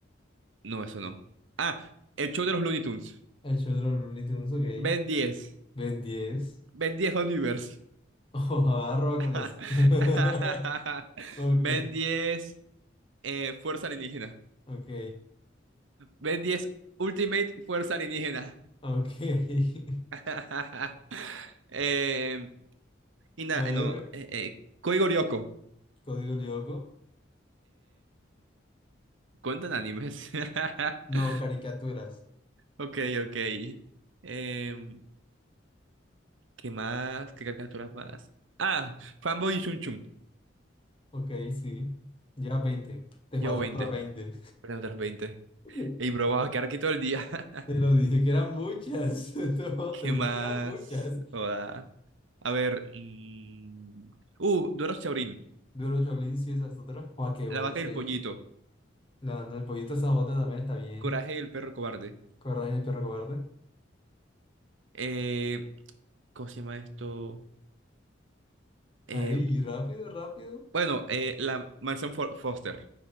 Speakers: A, on the right (about 85°); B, on the left (about 30°).
A: no, eso no. Ah, el show de los Looney Tunes.
B: El show de los Looney Tunes, ok.
A: Ben diez
B: Ven diez,
A: Ben diez Universe.
B: <laughs> Ojo, arroba
A: <laughs>
B: con esa. <laughs> Ok,
A: Ben diez eh, Fuerza Alienígena.
B: ok,
A: Ben diez Ultimate Fuerza Alienígena.
B: ok. <laughs>
A: <laughs> Em, いな、あの、え、え、恋語旅行。Em,
B: A ver, a ver. Código Lyoko.
A: ¿cuentan animes? <laughs>
B: No, caricaturas.
A: Ok, ok. Em, ¿qué más? ¿Qué caricaturas más? Ah, Fanboy y Chun Chun.
B: Ok, sí. Llevas veinte, Te
A: Llevo
B: faltan
A: veinte
B: otras 20.
A: Perdón, otras veinte
B: <laughs>
A: Ey, bro, vamos a quedar aquí todo el día. <laughs>
B: Te lo dije que eran muchas. <laughs> No,
A: ¿Qué
B: te dije
A: más?
B: que eran muchas.
A: Hola. A ver. mm, Uh, Doro Chaurín.
B: Duro Shaolin, sí, esa es otra. Joa, qué buena
A: La vaca
B: serie.
A: y el pollito.
B: La del pollito Sajote también está bien.
A: Coraje y el perro cobarde.
B: Coraje del perro cobarde.
A: Eh, ¿cómo se llama esto? Eh,
B: Ahí, rápido, rápido.
A: bueno, eh, la mansión Fo- Foster.